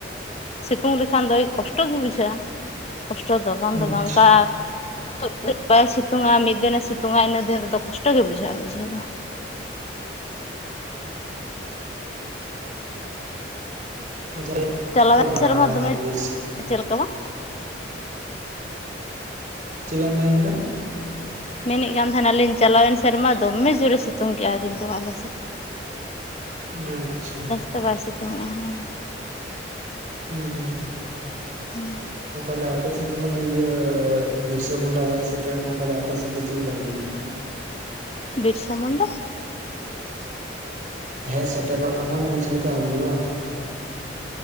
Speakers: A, on the left; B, on the right.
A: ᱥᱤᱛᱩᱝ ᱞᱮᱠᱷᱟᱱ ᱫᱚᱭ ᱠᱚᱥᱴᱚ ᱜᱮ ᱵᱩᱡᱷᱟᱹᱜᱼᱟ ᱾ ᱠᱚᱥᱴᱚ ᱫᱚ ᱵᱟᱝ
B: ᱦᱩᱸ
A: ᱫᱚ
B: ᱟᱪᱪᱷᱟ
A: ᱵᱟᱝ ᱚᱱᱠᱟ, ᱥᱚᱵᱫᱤᱱ ᱵᱟᱭ ᱥᱤᱛᱩᱝᱼᱟ ᱢᱤᱫ ᱫᱤᱱᱮ ᱥᱤᱛᱩᱝᱼᱟ ᱤᱱᱟᱹ ᱫᱤᱱ ᱨᱮᱫᱚ ᱠᱚᱥᱴᱚ ᱜᱮ ᱵᱩᱡᱷᱟᱹᱜᱼᱟ ᱵᱩᱡᱷᱟᱹᱣ ᱫᱚ
B: <unintelligible>
A: ᱪᱟᱞᱟᱣᱮᱱ ᱥᱮᱨᱢᱟ
B: ᱢᱟᱱᱮ
A: ᱫᱚᱢᱮ
B: ᱵᱤᱨᱥ
A: ᱪᱮᱫ ᱞᱮᱠᱟᱣᱟ?
B: ᱪᱮᱫ ᱵᱮᱱ ᱢᱮᱱ ᱠᱮᱫᱟ,
A: ᱢᱮᱱᱮᱫ ᱠᱟᱱ ᱛᱟᱦᱮᱱᱟᱞᱤᱧ ᱪᱟᱞᱟᱣᱮᱱ ᱥᱮᱨᱢᱟ ᱫᱚᱢᱮ ᱡᱳᱨᱮ ᱥᱤᱛᱩᱝ ᱠᱮᱜᱼᱟ ᱠᱤᱱᱛᱩ ᱟᱞᱮ ᱥᱮᱫ,
B: ᱟᱪᱪᱷᱟ
A: ᱛᱚ ᱵᱟᱭ ᱥᱤᱛᱩᱝ ᱮᱸᱼᱟ ᱦᱮᱸ
B: ᱦᱩᱸ ᱦᱩᱸ
A: ᱦᱮᱸ
B: ᱟᱫᱚ ᱛᱟᱦᱚᱞᱮ, ᱟᱯ ᱥᱮᱫ ᱫᱚ ᱢᱟᱱᱮ ᱤᱭᱟᱹ ᱵᱤᱨᱥᱟᱹ ᱢᱩᱱᱰᱟᱭ ᱦᱮᱡ ᱥᱮᱴᱮᱨᱮᱱᱟ ᱛᱟᱦᱚᱞᱮ ᱟᱯᱮᱥᱮᱫ ᱫᱚ ᱪᱮᱫ ᱞᱮᱠᱟ ᱦᱩᱭᱩᱜᱼᱟ ᱾
A: ᱵᱤᱨᱥᱟ ᱢᱩᱱᱰᱟ,
B: ᱦᱮᱡ ᱥᱮᱴᱮᱨᱚᱜ ᱠᱟᱱᱟ, ᱢᱟᱱᱮ ᱪᱮᱫ ᱞᱮᱠᱟ ᱦᱩᱭᱩᱜᱼᱟ ᱾